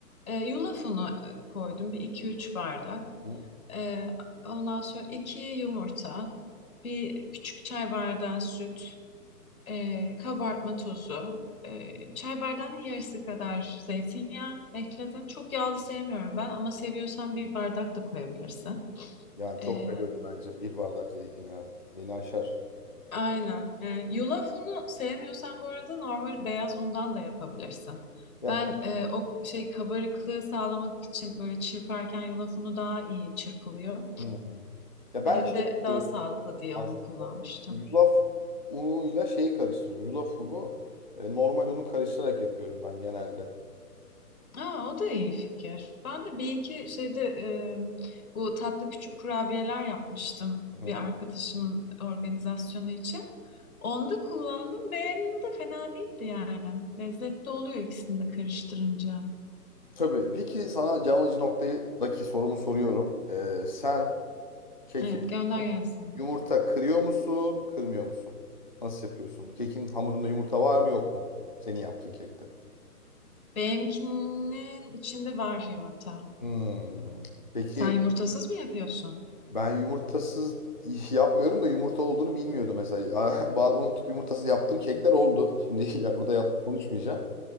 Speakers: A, on the left; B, on the left.
A: E, yulaf unu e, koydum bir iki üç bardak.
B: Hı.
A: E, ondan sonra 2 yumurta, bir küçük çay bardağı süt, e, kabartma tozu, e, çay bardağının yarısı kadar zeytinyağı ekledim. Çok yağlı sevmiyorum ben ama seviyorsan bir bardak da koyabilirsin.
B: Yani çok
A: Ee,
B: kalorili bence bir bardak zeytinyağı. Beni aşar.
A: Aynen. E, yulaf unu sevmiyorsan bu arada normal beyaz undan da yapabilirsin.
B: Ya,
A: Ben e, o şey kabarıklığı sağlamak için böyle çırparken yulaf unu daha iyi çırpılıyor.
B: Hı. hı. ya ben
A: Hem
B: şey
A: de
B: yapıyorum
A: daha sağlıklı diye
B: aslında.
A: onu kullanmıştım.
B: İşte Yulaf unuyla şeyi karıştırıyorum. Yulaf unu e, normal unu karıştırarak yapıyorum ben genelde.
A: Aa, o da iyi fikir. Ben de bir iki şeyde e, bu tatlı küçük kurabiyeler yapmıştım
B: Hı.
A: bir arkadaşımın organizasyonu için. Onda kullandım. Beğenildi de fena değildi yani. Lezzetli oluyor ikisini de karıştırınca.
B: Tabii. Peki sana can alıcı noktadaki sorumu soruyorum. Ee, sen keki
A: Evet gönder gelsin.
B: yumurta kırıyor musun, kırmıyor musun? Nasıl yapıyorsun? Kekin hamurunda yumurta var mı yok mu? Senin yaptığın kekte.
A: Benimkinin içinde var yumurta.
B: Hmm. Peki
A: Sen yumurtasız mı yapıyorsun?
B: ben yumurtasız iş yapmıyorum da yumurta olduğunu bilmiyordum mesela. <laughs> Bazı unutup yumurtasız yaptığım kekler oldu. Şimdi <laughs> ya burada yalan konuşmayacağım.